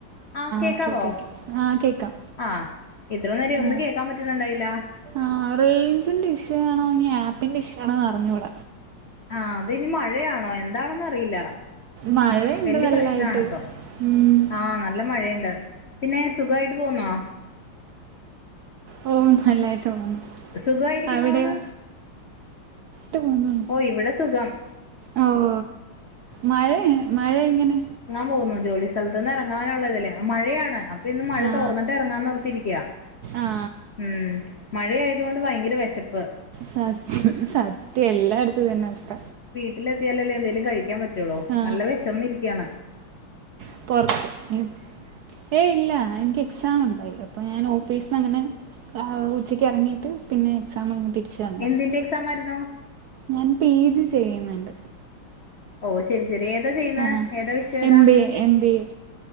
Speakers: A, on the left; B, on the right.
A: ആ കേക്കാവോ?
B: ഓക്കെ ഓക്കെ ഓക്കെ ആ കേക്കാം.
A: ആഹ് ഇത്ര നേരെ ഒന്നും
B: ആ
A: കേക്കാൻ പറ്റുന്നുണ്ടായില്ല.
B: ആ റെയിഞ്ച് ന്റെ ഇഷ്യു ആണോ. ഇനി ആപ്പിന്റെ ഇഷ്യൂ ആണോന്ന് അറിഞ്ഞൂട.
A: ആ ത് ഇനി മഴയാണോ എന്താണന്നറിയില്ല.
B: മഴയുണ്ട്
A: വല്യ
B: നല്ലതായിട്ട്
A: പ്രശ്നാണ് ഇപ്പൊ.
B: ഉം.
A: ആനല്ല മഴയ് ണ്ട്. പിന്നെ.. സുഖായിട്ട് പോന്നോ?
B: ഓ, ഹ നല്ലായിട്ട് പോകുന്നു.
A: സുഖായിരിക്കുന്നോന്ന്
B: അവിടെയോ <unintelligible>
A: ഓ ഇവിടെ സുഖം
B: ഓ ഉം മഴയ് മഴ ഇങ്ങനെ.
A: പോന്നു ജോലി സ്ഥലത്ത് നിന്ന് ഇറങ്ങാനുള്ളതല്ലേ മഴയാണ്. അപ്പൊ ഇന്ന് മഴ
B: ആ
A: തോർന്നിട്ട് ഇറങ്ങാൻന്നോർത്തിരിക്ക.
B: ആ..,.
A: ഉം.. മഴയായതുകൊണ്ട് ഭയങ്കര വെശപ്പ്.
B: സത്ഹ് സത്യം എല്ലായിടത്തുതന്നെ അവസ്ഥ.
A: ട്ടിലെത്തിയാലല്ലേ എന്തേലും. കഴിക്കാൻ പറ്റുള്ളു
B: ആ
A: നല്ല വിശന്ന് ഇരിക്ക്യാണ്.
B: <inaudible> ഏയ് ഇല്ല എനിക്ക് എക്സാം ഉണ്ടായി. അപ്പൊ ഞാൻ ഓഫീസിന്നങ്ങ്നെ. ആഉച്ചയ്ക്ക്റങ്ങീട്ട്. പിന്നെ എക്സാം കഴിഞ്ഞിട്ട്. തിരിച്ചു വന്നേർന്ന്.
A: എന്തിന്റെ എക്സാം ആയിരുന്നു
B: ഞാൻ പി. ജി ചെയ്യുന്നുണ്ട്.
A: ഓ ശരി, ശരി ഏതാ ചെയ്യുന്ന
B: ആ
A: ഏതാ വിഷയം ഏതാ?
B: എം B A M B A